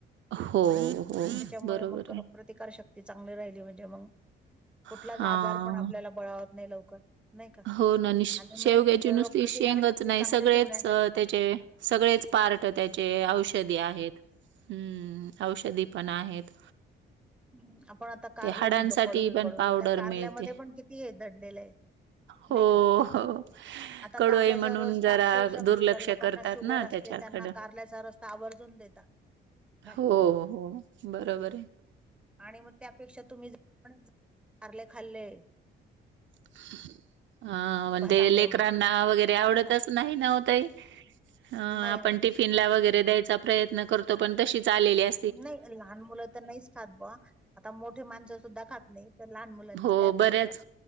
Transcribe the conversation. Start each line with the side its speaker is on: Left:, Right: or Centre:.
Right: हो हो.
Centre: त्याच्यामुळे
Right: बरोबर
Centre: मंग
Right: आहे.
Centre: प्रतिकारशक्ती चांगली राहिली म्हणजे मंग. कुठलाच
Right: हां.
Centre: आजार पण आपल्याला बळावत नाही. लवकर नाही का
Right: हो ना, नि शेवग्याची
Centre: आणि मेन म्हणजे
Right: नुसती
Centre: रोगप्रतिकार
Right: शेंगच
Centre: शक्ती
Right: नाही
Centre: चांगली
Right: सगळेच,
Centre: ठेवण्यासाठी
Right: त्याचे सगळेच पार्ट त्याचे औषधी आहेत ह्म. औषधी पणा आहेत.
Centre: ह आपण आता कारले
Right: ते हाडांसाठी
Centre: म्हणतो कडू कडू
Right: पावडर
Centre: पण त्या कारल्यामध्ये
Right: मिळते.
Centre: पण किती हे दडलेलं आहे.
Right: हो,
Centre: नाही का
Right: हो.
Centre: आता
Right: कडू
Centre: कारल्याचा
Right: आहे म्हणून
Centre: रस्
Right: जरा
Centre: तर अक्षरशा 'म्हणजे
Right: दुर्लक्ष
Centre: ज्या लोक. लोकांना
Right: करतात
Centre: शुगर
Right: ना
Centre: असते
Right: त्याच्याकडं.
Centre: त्यांना, कारल्याचा रस तर आवर्जून देता. काय
Right: हो हो बरोबर
Centre: मग
Right: आहे.
Centre: आणि मग त्यापेक्षा तुम्ही ज प कारले खाल्ले.
Right: <unintelligible> अ.. म्हणजे
Centre: भाजी चांगलं
Right: लेकरांना
Centre: मग
Right: वगैरे आवडतच
Centre: नाही का
Right: नाही ना, ओ ताई अं..
Centre: नाही
Right: आपण
Centre: ना
Right: टिफी न ला वगैरे द्यायचा प्रयत्न करतो पण तशीच झालेली आहे.
Centre: नाही लहान मुलं तर नाहीच खात ब आता मोठी माणसं सुद्धा खात नाही. तर लहान मुलांच
Right: हो,
Centre: काय
Right: बऱ्याच
Centre: गोष्ट.